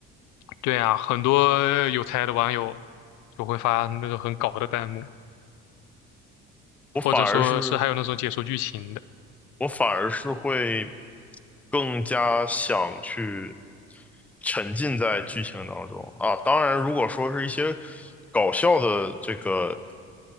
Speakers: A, on the left; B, in the centre.
A: 对啊，很多有才的网友就会发那种很搞的弹幕，
B: 我反而是
A: 或者说是还有那种解说剧情的
B: 我反而是会更加想去沉浸在剧情当中啊。当然，如果说是一些搞笑的这个